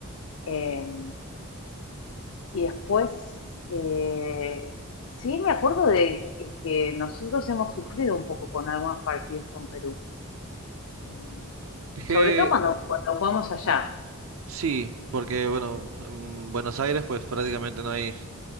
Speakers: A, on the left; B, on the right.
A: eh, y después, eh, sí me acuerdo de que, que nosotros hemos sufrido un poco con algunos partidos con Perú, eh,
B: Es que
A: sobre todo cuando, cuando jugamos allá.
B: sí, porque bueno, en Buenos Aires pues prácticamente no hay,